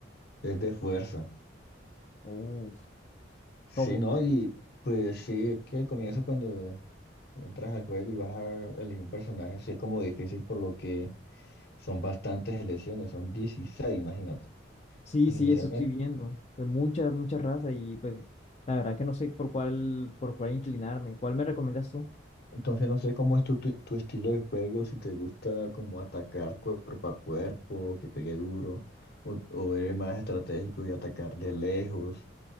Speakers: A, on the left; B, on the left.
A: es de fuerza.
B: Uf,
A: Sí,
B: como,
A: ¿no? Y pues sí, es que al comienzo cuando entras al juego y vas a elegir un personaje, sí es como difícil por lo que son bastantes elecciones, son dieciséis imagínate.
B: sí,
A: Pues
B: sí,
A: inicialmente.
B: eso estoy viendo. Pues muchas, muchas razas y pues la verdad que no sé por cuál, por cuál inclinarme. ¿Cuál me recomiendas tú?
A: Entonces no sé cómo es tu, tu, tu estilo de juego, si te gusta como atacar cuerpo a cuerpo, que pegue duro, o, o eres más estratégico y atacar de lejos.